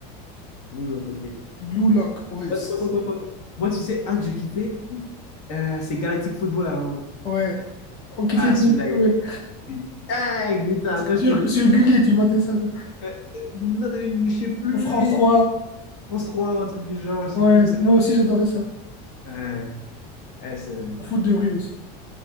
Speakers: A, on the left; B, on the left.
A: Blue Lock, ok.
B: Blue Lock, ouais.
A: Moi,
B: c'est-
A: moi, moi, moi, moi, tu sais, un que j'ai kiffais, euh, c'est Galactic Football avant.
B: Ouais, on kiffait
A: Ah,
B: tout.
A: celui-là,
B: Ouais.
A: il était dingue, putain. Quand
B: Sur,
A: j'étais petit,
B: sur Gulli, tu matais ça. toi.
A: euh, euh, non, euh, je sais plus,
B: Ou France 3.
A: France 3 ou un truc du genre, je sais
B: Ouais,
A: plus où ça
B: moi
A: passait.
B: aussi j'adorais ça.
A: Ouais, ouais, c'est-
B: Au foot de rue aussi.